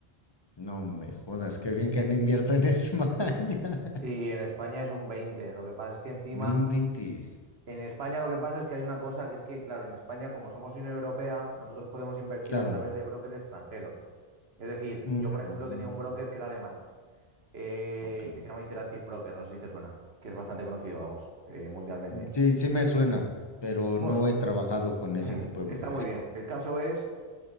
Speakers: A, on the left; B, on the right.
A: No me jodas, qué bien que no invierto en España. <laughs>
B: Sí, en España es un 20. Lo que pasa es que encima,
A: No inventes.
B: en España lo que pasa es que hay una cosa que es que, claro, en España, como somos Unión Europea, nosotros podemos invertir
A: Claro.
B: a través de brokers extranjeros. Es decir,
A: Ujú,
B: yo, por ejemplo, tenía un broker que era alemán, eh,
A: Ok.
B: que se llama Interactive Broker, no sé si te suena, que es bastante conocido, vamos, eh, mundialmente.
A: Sí, sí me suena, pero
B: Bueno,
A: no he trabajado con
B: <clears throat>
A: ese tipo
B: está
A: de broker.
B: muy bien. El caso es